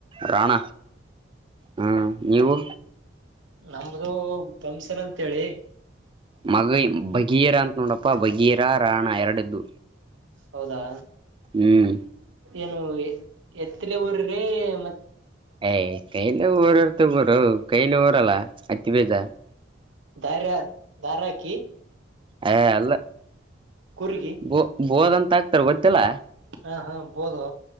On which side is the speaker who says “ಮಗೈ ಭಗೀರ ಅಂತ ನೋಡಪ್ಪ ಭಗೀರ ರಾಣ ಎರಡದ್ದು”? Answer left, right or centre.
Right